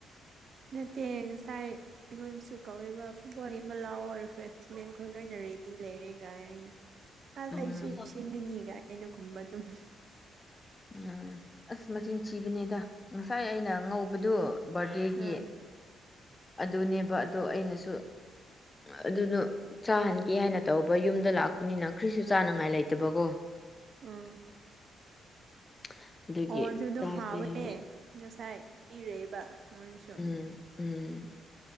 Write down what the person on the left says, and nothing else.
<inaudible>
ꯎꯝ
ꯎꯝ ꯑꯁ ꯃꯆꯤꯟ ꯊꯤꯕꯅꯦꯗ ꯉꯁꯥꯏ ꯑꯩꯅ ꯉꯧꯕꯗꯨ ꯕꯥꯔꯗꯦꯒꯤ
ꯑꯗꯨꯅꯦꯕ ꯑꯗꯣ ꯑꯩꯅꯁꯨ ꯑꯗꯨꯗꯨ ꯆꯥꯍꯟꯒꯦ ꯍꯥꯏꯅ ꯇꯧꯕ ꯌꯨꯝꯗ ꯂꯥꯛꯄꯅꯤꯅ ꯀꯔꯤꯁꯨ ꯆꯥꯅꯉꯥꯏ ꯂꯩꯇꯕꯀꯣ
<unintelligible>
ꯆꯥꯁꯦ
ꯍꯥꯏꯅ
ꯎꯝ ꯎꯝ